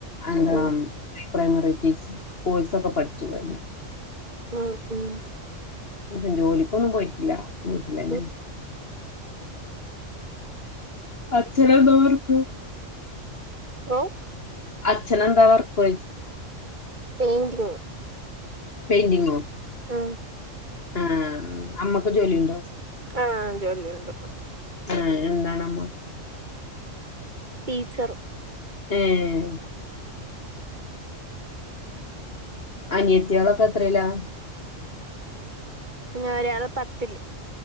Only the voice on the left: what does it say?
<unintelligible>
പ്രൈമറിറ്റീസ് കോഴ്സൊക്കെ പഠിച്ചു കഴിഞ്ഞു
ഇപ്പം ജോലിക്കൊന്നും പോയിട്ടില്ലാ വീട്ടിലന്നെ
അച്ഛനെന്താ വർക്ക്
അച്ഛനെന്താ വർക്ക് ചോയിച്ച്
പെയിൻ്റിങ്ങോ
ആ അമ്മക്ക് ജോലി ഉണ്ടോ
ആ എന്താണമ്മ
ഉം അനിയത്തികളൊക്കെ എത്രേലാ